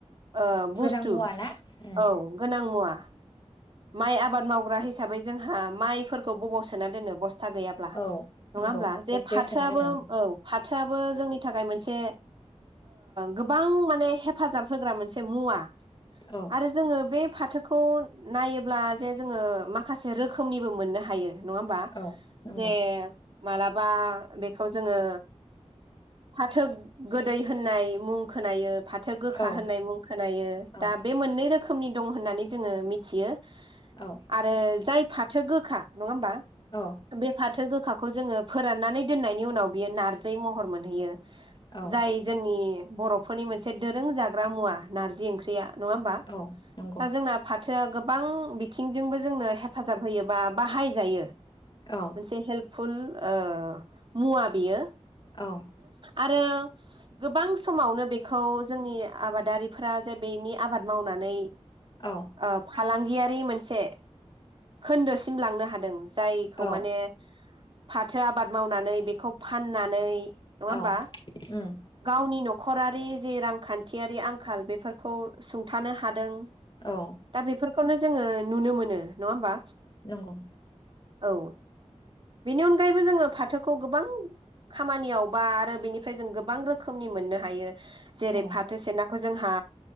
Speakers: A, on the right; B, on the left.
A: ओ
B: गोनां
A: बुस्थु
B: मुवा ना उम
A: औ गोनां मुवा। माइ आबाद मावग्रा हिसाबै जोंहा माइफोर खौ बबाव सोना दोननो बस्था गैयाब्ला
B: औ
A: नङा
B: नंगौ
A: होनब्ला? जे
B: बस्थायाव
A: फाथोआबो
B: सोना दोनो
A: औ फाथ फाथोआबो जोंनि थाखाय मोनसे गोबां माने हेफाजाब होग्रा मोनसे मुवा
B: ओं
A: आरो जोङो बे फाथोखौ नायोब्ला जे जोङो माखासे रोखोमनिबो मोननो हायो नङा होमबा
B: औ नंगौ
A: जे मालाबा बेखौ जोङो फाथो गोदै होननाय मुं खोनायो फाथो गोखा
B: औ
A: होननाय मुं खोनायो
B: औ
A: दा बे मोननै रोखोम रोखोमनि दं होननानै जोङो मिथि थियो
B: औ
A: आरो जाय फाथो गोखा नङा होमबा
B: औ
A: बे फाथिनो खाखौ जोङो फोराननानै दोननायनि उनाव बियो नारजि महर मोनहैयो
B: औ
A: जाय जोंनि बर'फोरनि मोनसे दोरों जाग्रा मुवा नारजि ओंख्रिया नङा होमबा
B: औ नंगौ
A: दा जोंना फा सो गोबां बिद बिथिंजोंबो जोंनो हेफाजाब होयो, बा बाहाय जायो।
B: औ
A: मोनसे हेल्पफुल, ओ मुवा बियो
B: औ
A: आरो गोबां समावनो बेखौ जोंनि आबादारिफोरा जे बेनि आबाद मावनानै,
B: औ
A: ओ फालांगियारि मोनसे खोन्दोसिम लांनो हादों। जायखौ
B: औ
A: माने फाथो आबाद मावनानै बेखौ फाननानै, नङा
B: औ
A: होमबा
B: उम
A: गावनि न' न'खरारि जि रांखान्थियारि आंखाल बेफोरखौ सुंथानो हादों।
B: औ
A: दा बेफोरखौनो जोङो नुनो मोनो नङा होमबा,
B: नंगौ
A: औ बेनि अनगायैबो जोङो फाथोखौ गोबां खामानियाव बा आरो बेनिफ्राय जों गोबां रोखोमनि मोननो हायो। जेरै
B: औ
A: फाथो सेना, जोंहा